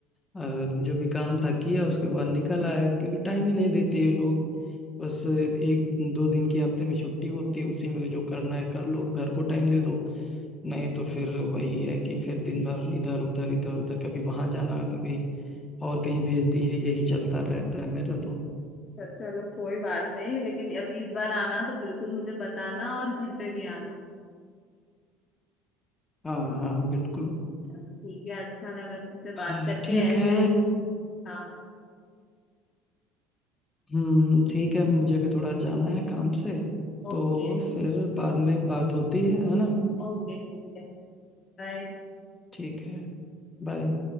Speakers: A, on the left; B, on the left.
A: अ, जो भी काम था किया उसके बाद निकल आया क्योंकि टाइम ही नहीं देते ये लोग बस एक दो दिन की हफ्ते में छुट्टी होती है उसी में जो करना है कर लो घर को टाइम दे दो नहीं तो फिर वही है कि फिर दिन भर इधर उधर इधर उधर कभी वहां जाना कभी और कहीं भेज दिए यही चलता रहता है मेरा तो
B: तो चलो कोई बात नहीं लेकिन अब इस बार आना तो बिल्कुल मुझे बताना और घर पे भी आना
A: हाँ हाँ बिल्कुल
B: चलो ठीक है अच्छा लगा तुमसे
A: हाँ,
B: बात करके
A: ठीक
B: ऐसे
A: है
B: ही हाँ
A: हम्म ठीक है मुझे भी थोड़ा जाना है काम से तो
B: ओके
A: फिर बाद में बात होती है है ना
B: ओके ठीक है बाय
A: ठीक है बाय